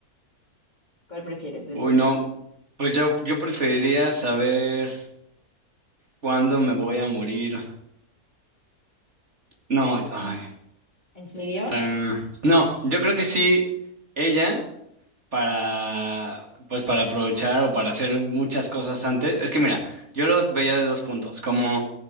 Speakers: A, on the left; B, on the right.
A: ¿Cuál prefieres de
B: Uy,
A: esos
B: no,
A: dos?
B: pues yo, yo preferiría saber cuándo me voy a morir. No, ay,
A: ¿En, en serio?
B: está. No, yo creo que sí, ella. para, pues para aprovechar o para hacer muchas cosas antes. Es que mira, yo los veía de dos puntos, como